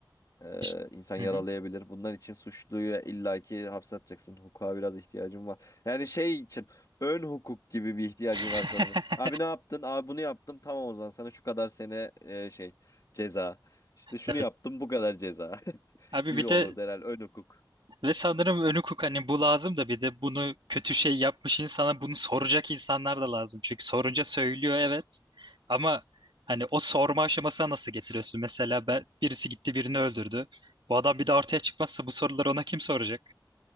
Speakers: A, on the left; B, on the right.
A: Ee,
B: İşte...
A: insan yaralayabilir.
B: Hı hı.
A: Bunlar için suçluyu illaki hapse atacaksın. Hukuka biraz ihtiyacım var. Yani şey için ön hukuk gibi bir ihtiyacım
B: <laughs>
A: var sanırım. Abi ne yaptın? Abi bunu yaptım. Tamam o zaman sana şu kadar sene e, şey ceza. İşte şunu
B: Evet.
A: yaptım bu kadar ceza <laughs>
B: Abi
A: gibi
B: bir
A: olurdu
B: de
A: herhalde ön hukuk.
B: Ve sanırım önü hukuk hani bu lazım da bir de bunu kötü şey yapmış insana bunu soracak insanlar da lazım. Çünkü sorunca söylüyor evet. Ama hani o sorma aşamasına nasıl getiriyorsun? Mesela ben, birisi gitti birini öldürdü. Bu adam bir de ortaya çıkmazsa bu soruları ona kim soracak?